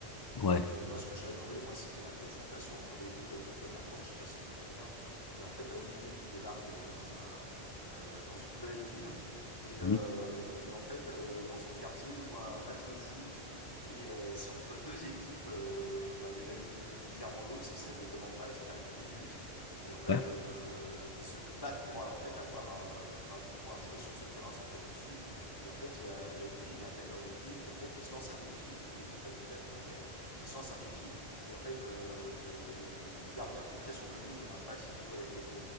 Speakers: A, on the left (about 40°); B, on the left (about 20°).
A: Ouais.
B: Et euh, moi, ce que j'ai adoré, moi, c'était la confrontation entre les deux la toute première fois. Je sais pas si tu te souviens, mais en fait, t'as Olivier qui débarque euh, dans un, euh, dans une nouvelle ville. Et, euh,
A: Mhm.
B: et en fait, euh, dans son quartier, il voit un match de foot. Et euh, c'est entre deux équipes. euh, bah, Il y en a une qui domine clairement l'autre, c'est celle de Thomas Price qui arrête tous les buts. Et en fait,
A: Ouais.
B: euh, ils se battent pour, en fait, avoir un- bah, pour pouvoir jouer sur ce terrain, s'entraîner dessus. Et en fait, il y a, il y a Olivier qui intègre l'équipe. Et en fait, il se lance un défi. L'équipe la plus faible, il intègre et se lance un défi. Et en fait, euh, le, le- le gardien qui est très sûr de lui, Thomas Price, il dit Ouais, ok,